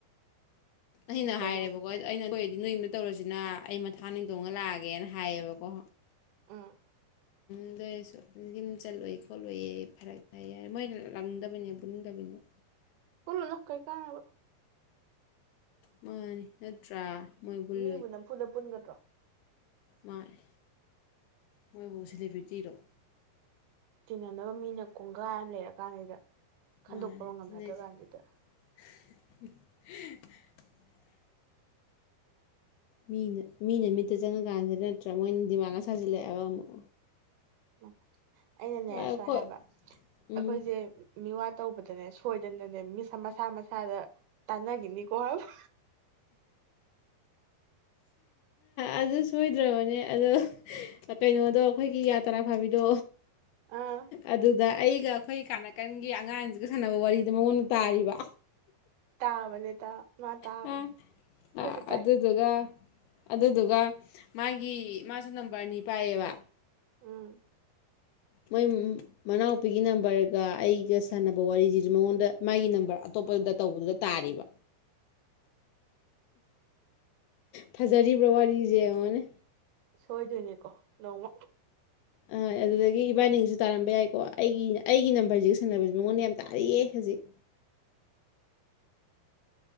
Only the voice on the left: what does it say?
ꯑꯩꯅ
ꯍꯥꯏꯔꯦꯕꯀꯣ ꯑꯩꯅ <unintelligible> ꯗꯨꯗꯤ ꯅꯣꯏ ꯌꯨꯝꯗ ꯇꯧꯔꯁꯤꯅ ꯑꯩ ꯃꯊꯥꯡ ꯑꯅꯤ ꯇꫭꯡꯉ ꯂꯥꯛꯑꯒꯦꯅ ꯍꯥꯏꯌꯦꯕꯀꯣ
ꯑꯗꯨ ꯑꯩꯁꯨ ꯌꯨꯝ ꯆꯠꯂꯨꯏ ꯈꯣꯠꯂꯨꯏꯌꯦ ꯐꯔꯛ ꯇꯥꯏ ꯍꯥꯏ ꯃꯣꯏꯅ ꯂꯥꯛꯅꯤꯡꯗꯕꯩꯅꯤ ꯄꯨꯅꯤꯡꯗꯕꯩꯅꯤꯕ
ꯃꯥꯅꯤ ꯅꯠꯇ꯭ꯔꯥ ꯃꯣꯏ ꯕꯨꯜ
ꯃꯥꯅꯦ ꯃꯣꯏꯕꯨ ꯁꯦꯂꯤꯕ꯭ꯔꯤꯇꯤꯔꫭ
ꯃꯥꯅꯤ
ꯊꯤꯅꯩꯁꯦ
<unintelligible> ꯃꯤꯅ ꯃꯤꯅ ꯃꯤꯠꯇ ꯆꯪꯉꯀꯥꯟꯁꯤꯗ ꯆꯥꯃꯨꯟ ꯃꯣꯏꯅ ꯗꯤꯃꯥꯟꯒ ꯁꯥꯖꯤꯟꯂꯤꯕ ꯑꯃꯨꯛ
ꯑꯩꯈꯣꯏ
ꯎꯝ
ꯑꯗꯨ ꯁꯣꯏꯗ꯭ꯔꯕꯅꯦ ꯑꯗꯣ ꯀꯩꯅꯣꯗꯣ ꯑꯩꯈꯣꯏꯒꯤ ꯌꯥ ꯇꯔꯥ ꯐꯥꯕꯤꯗꯣ
ꯑꯗꯨꯗ ꯑꯩꯒ ꯑꯩꯈꯣꯏ ꯀꯥꯅꯀꯟꯒꯤ ꯑꯉꯥꯡꯁꯤꯒ ꯁꯥꯟꯅꯕ ꯋꯥꯔꯤꯗꯣ ꯃꯉꯣꯟꯗ ꯇꯥꯔꯤꯕ
ꯑ
ꯑ,
ꯑꯗꯨꯗꯨꯒ ꯑꯗꯨꯗꯨꯒ ꯃꯥꯒꯤ ꯃꯥꯁꯨ ꯅꯝꯕꯔꯅꯤ ꯄꯥꯏꯌꯦꯕ
ꯃꯣꯏ ꯃꯅꯥꯎꯄꯤꯒꯤ ꯅꯝꯕꫪꯒ ꯑꯩꯒ ꯁꯥꯟꯅꯕ ꯋꯥꯔꯤꯁꯤꯁꯨ ꯃꯉꯣꯟꯗ ꯃꯥꯒꯤ ꯅꯝꯕꫪ ꯑꯇꯣꯞꯄꯗ ꯇꯧꯕꯗꯨꯗ ꯇꯥꯔꯤꯕ ꯐꯖꯔꯤꯕ꯭ꯔꯥ ꯋꯥꯔꯤꯁꯦ ꯌꯦꯉꫭꯅꯦ
ꯑ ꯑꯗꯨꯗꯒꯤ ꯏꯕꯥꯅꯤꯒꯤꯁꯨ ꯇꯥꯔꯝꯕ ꯌꯥꯏꯀꯣ ꯑꯩꯒꯤ ꯑꯩꯒꯤ ꯅꯝꯕꫪꯁꯤꯒ ꯁꯟꯅꯕꯁꯦ ꯃꯉꯣꯟꯗ ꯌꯥꯝ ꯇꯥꯔꯤꯀꯣ ꯍꯧꯖꯤꯛ